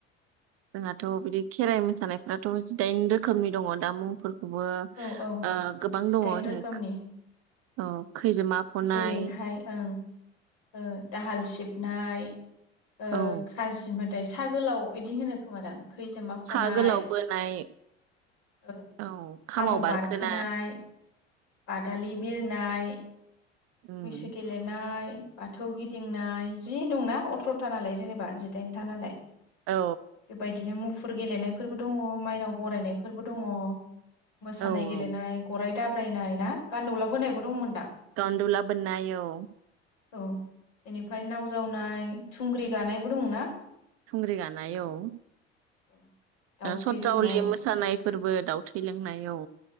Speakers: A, on the right; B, on the left.
A: जोंहाथ' बिदि खेराइ मोसानायफ्राथ' जिदाइन रोखोमनि दङ दा मुंफोर बो
B: औ औ
A: ओ गोबां
B: जिदाइन
A: दङ <unintelligible>
B: रोखोमनि
A: औ। खैजोमा फनाय
B: जेरैहाय ओं ओ दाहाल सिबनाय ओ
A: औ
B: काजिमोथ दाय साहा गोलाव इदि होनो खोमादों। खैजोमा
A: सा
B: फनाय
A: गोलाव बोनाय
B: ओ
A: औ
B: खामाव
A: बारखोना
B: बारखोनाय बादालि बिरनाय
A: उम
B: मैसो गेलेना नाय बाथौ गिदिंनाय जि दंना अथ्रथा नालाय जेनेबा जिदाइनथा नालाय।
A: औ
B: बेबायदिनो मुफ मुफुर गेलेनाय फोरबो दङ माइनाव बरायनाय फोरबो दङ। मोसानाय
A: औ
B: गेलेनाय गराय दाब फ्रायनाय ना गान्दौला बोनायबो दंमोनदा?
A: गान्दौला बोननाय औ।
B: औ बेनिफ्राय नाव जावनाय थुंग्रि गानायबो दंना?
A: थुंग्रि गानाय औ।
B: ओ दाउ
A: ओ
B: थै
A: सतावलि
B: लोंनाय
A: मोसानाय फोरबो दाउ थै लोंनाय औ।